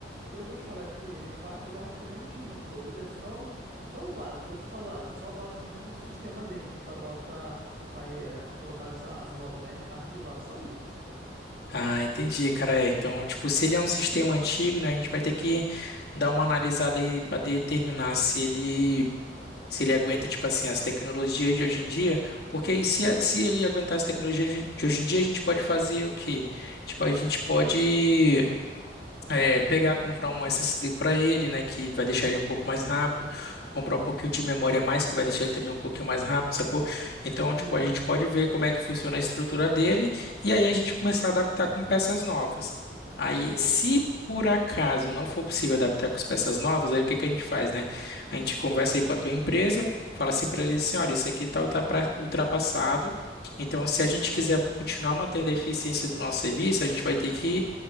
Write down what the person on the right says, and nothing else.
Eu vou te falar que ele, é pa- eu acho que ele é antiguinho, pô. Ele é só o, só o básico, vou te falar. Só o básico mesmo com o sistema dentro, pra botar, pra eh, colocar as, as notas, né? Arquivar, só isso.
Uhum.
Show.